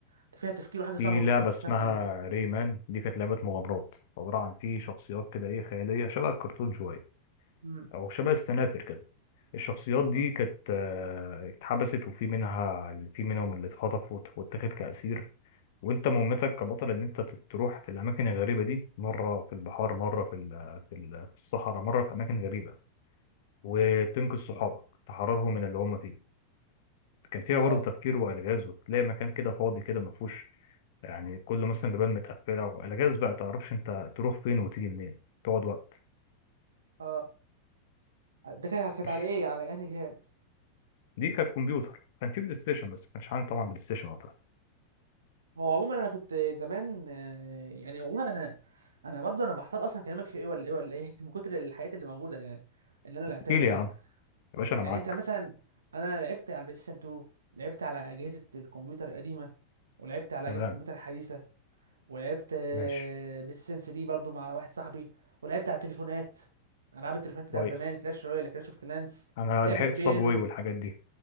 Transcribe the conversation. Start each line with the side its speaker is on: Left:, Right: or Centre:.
Right: انت فيها تفكير وحاجه صعبه
Left: في
Right: بالنسبه
Left: لعبة
Right: لك كنت
Left: اسمها
Right: مش عارف تعملها
Left: ريمان دي كانت لعبة مغامرات عبارة عن في شخصيات كده ايه خيالية شبه الكرتون شوية
Right: مم.
Left: او شبه السنافر كده الشخصيات دي
Right: اه
Left: كانت آه، اتحبست وفي منها في منهم اللي اتخطف وات- واتاخد كأسير وانت مهمتك كبطل ان انت ت- تروح في الاماكن الغريبة دي مرة في البحار مرة في ال- في ال- في الصحراء مرة في اماكن غريبة وتنقذ صحابك تحررهم من اللي هم فيه كان فيها
Right: اه
Left: برضه تفكير والغاز وتلاقي مكان كده فاضي كده ما فيهوش يعني كله مثلا بيبان متقفله والغاز بقى تعرفش انت تروح فين وتيجي منين تقعد وقت
Right: اه ده كانت كانت
Left: ماشي
Right: على ايه على انهي جهاز
Left: دي كانت كمبيوتر كان في بلاي ستيشن بس ما كانش عندي طبعا بلاي ستيشن وقتها
Right: هو عموما انا كنت زمان آه، يعني والله انا انا برضه انا بحتار اصلا كلامك في ايه ولا ايه ولا ايه <laughs> من كتر الحاجات اللي موجوده يعني اللي انا لعبتها
Left: احكي
Right: زمان
Left: لي يا عم يا باشا
Right: يعني
Left: انا معاك
Right: انت مثلا انا لعبت على البلاي ستيشن 2 لعبت على اجهزه الكمبيوتر القديمه ولعبت على
Left: تمام
Right: اجهزه الكمبيوتر الحديثه ولعبت آه،
Left: ماشي
Right: بلاي ستيشن 3 برضه مع واحد صاحبي ولعبت على التليفونات العاب التليفونات بتاعت
Left: كويس
Right: زمان كلاش رويال كلاش اوف كلانس
Left: انا
Right: لعبه
Left: لحقت
Right: البيانو
Left: صابواي والحاجات دي